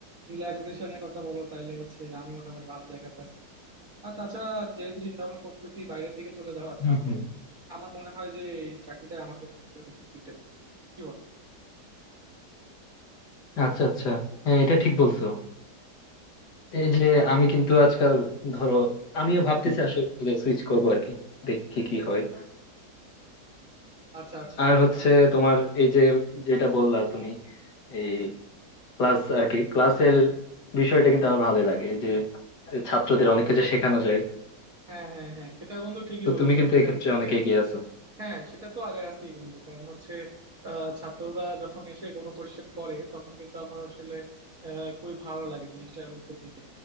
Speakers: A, on the right; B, on the left.
A: রিল্যাক্সেশনের কথা বলো তাহলে হচ্ছে আমি মোটামুটি ভালো জায়গাতে আছি আর তাছাড়া যেহেতু চিন্তা ভাবনা করতেছি বাইরের দিকে চলে যাওয়ার
B: হুম
A: তাহলে
B: হুম
A: আমার মনে হয় যে এই চাকরিটা আমার জন্য সবথেকে বেশি সুইটেবল কি বল
B: আচ্ছা আচ্ছা হ্যাঁ এটা ঠিক বলছো এই যে আমি কিন্তু আজকাল ধরো আমিও ভাবতেছি আসলে সুইচ করবো আর কি দেখি কি হয়
A: আচ্ছা আচ্ছা
B: আর হচ্ছে তোমার এই যে যেটা বললা তুমি এই ক্লাস আর কি ক্লাসের বিষয়টা কিন্তু আমার ভালোই লাগে এই যে ছাত্রদের অনেক কিছু শেখানো যায়
A: হ্যাঁ হ্যাঁ হ্যাঁ সেটা বন্ধু ঠিকই
B: তো
A: বলেছো
B: তুমি কিন্তু
A: সেটা
B: এক্ষেত্রে
A: হচ্ছে
B: অনেক
A: যে
B: এগিয়ে আছো
A: হ্যাঁ সেটা তো আগে আছেই বন্ধু কারণ হচ্ছে আহ, ছাত্ররা যখন এসে কোনো কোশ্চেন করে তখন কিন্তু আমার আসলে আহ, খুবই ভালো লাগে জিনিসটার উত্তর দিতে